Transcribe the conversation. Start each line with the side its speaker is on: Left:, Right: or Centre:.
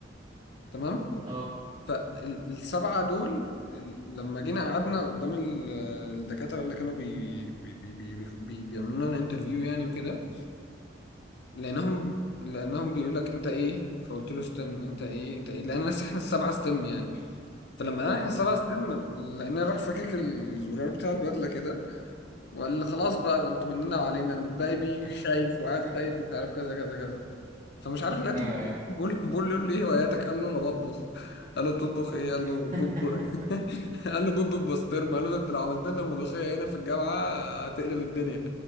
Left: تمام
Right: اه
Left: فالسبعه دول ال- لما جينا قعدنا قدام ال- الدكاتره اللي كانوا بي بي بي بي بي بيعملوا لنا انترفيو يعني وكده لانهم لانهم بيقول لك انت ايه فقلت له ستيم انت ايه انت ايه لان لسه احنا السبعه ستيم يعني فلما قال احنا السبعه
Right: اه
Left: ستيم لان راح فكك الزرار بتاع البدله كده وقال لي خلاص بقى ده انتوا مننا وعلينا الباقي بيجي
Right: <laughs>
Left: خايف وقاعد خايف مش عارف كذا كذا كذا فمش عارف لقيته
Right: ايوه
Left: بيقول
Right: ايوه
Left: بقول بقول له ايه هواياتك قال له انا بطبخ قال له بتطبخ ايه قال
Right: <laughs>
Left: له بيض <laughs> قال له بيض بالبسطرمه قال له ده انت لو عملت لنا ملوخيه هنا في الجامعه هتقلب الدنيا